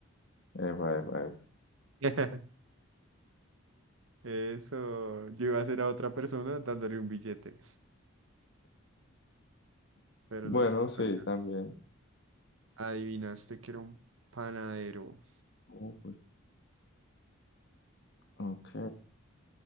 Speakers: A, on the left; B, on the right.
A: eva, eva, eva.
B: <laughs> Eso. Yo iba a hacer a otra persona dándole un billete, pero
A: Bueno,
B: no hizo
A: sí,
B: falta.
A: también.
B: Adivinaste que era un panadero.
A: Uy, ok.